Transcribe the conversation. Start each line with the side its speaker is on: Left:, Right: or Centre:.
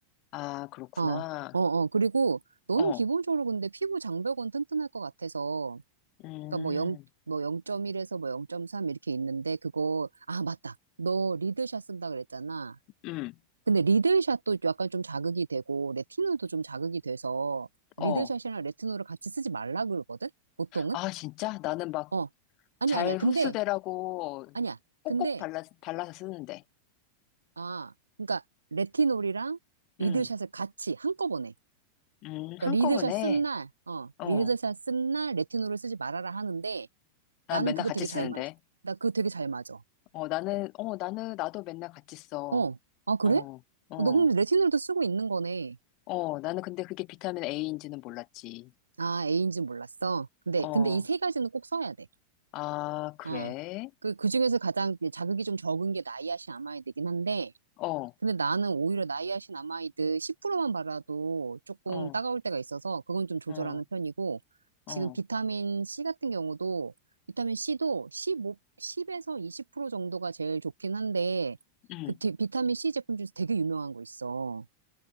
Left: 아, 그렇구나.
Right: 어, 어, 어. 그리고 너는
Left: 어,
Right: 기본적으로 근데 피부 장벽은 튼튼할 것 같아서.
Left: 음,
Right: 그러니까 뭐 0, 뭐 0.1에서 뭐 0.3 이렇게 있는데 그거, 아, 맞다. 너 리드샷 쓴다 그랬잖아.
Left: 음,
Right: 근데 리들샷도 약간 좀 자극이 되고 레티놀도 좀 자극이 돼서
Left: 어.
Right: 리들샷이랑 레티놀을 같이 쓰지 말라 그러거든? 보통은?
Left: 아, 진짜? 나는 막
Right: 어. 아니야,
Left: 잘
Right: 아니야. 근데
Left: 흡수되라고
Right: 아니야.
Left: 꼭꼭
Right: 근데
Left: 발라, 발라서 쓰는데.
Right: 아, 그러니까 레티놀이랑 리들샷을
Left: 음,
Right: 같이 한꺼번에.
Left: 음,
Right: 그러니까
Left: 한꺼번에.
Right: 리들샷 쓴 날, 어,
Left: 어,
Right: 리들샷 쓴 날 레티놀을 쓰지 말아라 하는데
Left: 난
Right: 나는
Left: 맨날
Right: 그거
Left: 같이
Right: 되게
Left: 쓰는데.
Right: 잘 맞아. 나 그거 되게 잘 맞아.
Left: 어, 나는, 어, 나는, 나도 맨날 같이 써.
Right: 어. 아, 그래?
Left: 어, 어,
Right: 어, 너 그럼 레티놀도 쓰고 있는 거네.
Left: 어, 나는 근데 그게 비타민 A인지는 몰랐지.
Right: 아, A인지 몰랐어. 근데
Left: 어,
Right: 근데 이 세 가지는 꼭 써야 돼.
Left: 아, 그래?
Right: 어. 그, 그 중에서 가장 자극이 좀 적은 게 나이아신 아마이드긴 한데,
Left: 어,
Right: 근데 나는 오히려 나이아신 아마이드 10%만 발라도 조금
Left: 어,
Right: 따가울 때가 있어서 그건 좀 조절하는
Left: 어,
Right: 편이고,
Left: 어,
Right: 지금 비타민 C 같은 경우도, 비타민 C도 1오십0에서 20% 정도가 제일 좋긴 한데,
Left: 음,
Right: 그 디- 비타민 C 제품 중에서 되게 유명한 거 있어.